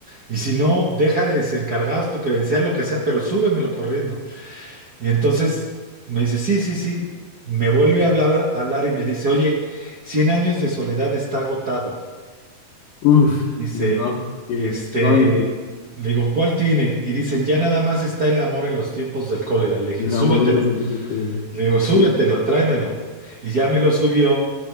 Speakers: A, on the right (about 65°); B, on the left (about 70°).
A: Y si no, déjales encargadas tu credencial, lo que sea, pero súbemelo corriendo. Y entonces me dice, sí, sí, sí. Me vuelve a hablar, a hablar y me dice, oye, cien años de soledad está agotado.
B: Uf,
A: Dice,
B: no, qué
A: este,
B: vaina.
A: le digo, ¿cuál tienen? Y dicen, ya nada más está el amor en los tiempos del cólera. Le dije,
B: El
A: súbetelo.
B: amor no lo siento del cuello.
A: Le digo, súbetelo,
B: Sí.
A: tráemelo. Y ya me lo subió.